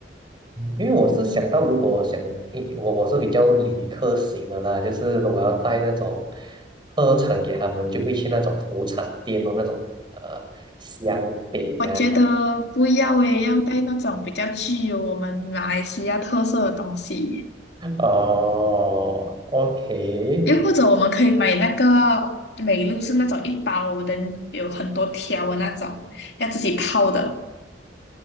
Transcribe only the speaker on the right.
因为我是想到，如果想，诶我我是比较旅客型的啦，就是我要带那种特产给他们，就会去那种土产店哦，那种呃香饼啊。
哦，OK，